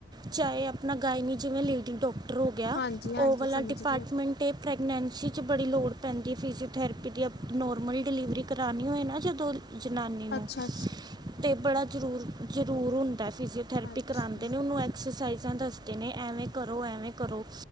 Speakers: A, on the right; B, on the left.
A: ਚਾਹੇ ਆਪਣਾ ਗਾਇਨੀ ਜਿਵੇਂ ਲੇਡੀ ਡਾਕਟਰ ਹੋ ਗਿਆ
B: ਹਾਂਜੀ ਹਾਂਜੀ
A: ਉਹ ਵਾਲਾ
B: ਸਮਝ
A: ਡਿਪਾਰਟਮੈਂਟ
B: ਗਈ
A: ਇਹ ਪ੍ਰੈਗਨੈਂਸੀ 'ਚ ਬੜੀ ਲੋੜ ਪੈਂਦੀ ਫਿਜ਼ੀਓਥੈਰੇਪੀ ਦੀ ਆਪ ਨੋਰਮਲ ਡਿਲੀਵਰੀ ਕਰਾਉਣੀ ਹੋਏ ਨਾ ਜਦੋਂ ਜਨਾਨੀ
B: ਅੱਛਾ
A: ਨੂੰ
B: ਅੱਛਾ
A: ਤੇ ਬੜਾ ਜ਼ਰੂਰ ਜ਼ਰੂਰ ਹੁੰਦਾ। ਫਿਜ਼ਓਥੈਰੇਪ
B: ਅੱਛਾ।
A: ਕਰਉਂਦੇ ਨੇ ਉਹਨੂੰ ਐਕਸਰਸਾਈਜ਼ ਦੱਸਦੇ ਨੇ ਐਵੇਂ ਕਰੋ ਐਵੇਂ ਕਰੋ